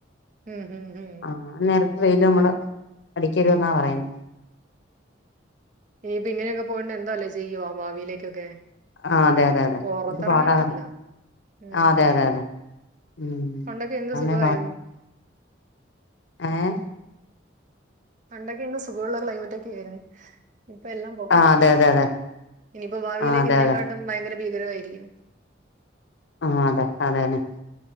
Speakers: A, on the right (about 40°); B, on the left (about 70°).
A: ഉം ഉം ഉം
B: ആഹ് നേരത്തെ വെയില് നമ്മള് അടിക്കരുതെന്നാ പറയുന്നെ
A: ഇനിയിപ്പൊ ഇങ്ങനെയൊക്കെ പോയിണ്ട് എന്താല്ലേ ചെയ്യോ ഭാവിയിലേക്കൊക്കെ
B: ആ അതെ അതെ അതെ
A: പൊറത്തിറങ്ങേണ്ടി
B: എന്ത് പാടാ
A: വരില്ല ഉം
B: ആ അതെ അതെ അതെ ഉം
A: പണ്ടൊക്കെ എന്ത്
B: അതാന്നെ
A: സുഖവാ യിരുന്നു
B: ഏഹ്
A: പണ്ടൊക്കെ എന്ത് സുഖമുള്ളൊരു ക്ലൈമറ്റ് ഒക്കെ ആയിരുന്നു ഇപ്പ എല്ലാം പോക്കായി
B: ആ അതെ അതെ അതെ
A: ഇനിയിപ്പൊ ഭാവിയിലേക്ക്
B: ആ അതെ
A: ഇതിനെക്കാട്ടും
B: അതെ
A: ഭയങ്കര ഭീകരമായിരിക്ക്ണ്
B: ആഹ് അതെ അതന്നേ